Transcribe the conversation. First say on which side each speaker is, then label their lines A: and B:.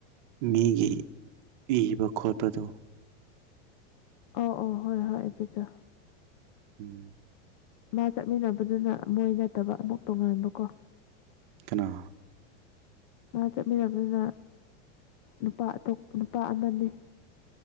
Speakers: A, on the right; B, on the left.
A: ꯃꯤꯒꯤ ꯏꯕ ꯈꯣꯠꯄꯗꯨ
B: ꯑꯣ ꯑꯣ ꯍꯣꯏ ꯍꯣꯏ ꯑꯗꯨꯁꯨ
A: ꯎꯝ
B: ꯃꯥ ꯆꯠꯃꯤꯟꯅꯕꯗꯨꯅ ꯃꯣꯏ ꯅꯠꯇꯕ ꯑꯃꯨꯛ ꯇꯣꯉꯥꯟꯕꯀꯣ
A: ꯀꯅꯥ
B: ꯃꯥ ꯆꯠꯃꯤꯟꯅꯕꯗꯨꯅ ꯅꯨꯄꯥꯇ ꯅꯨꯄꯥ ꯑꯃꯅꯤ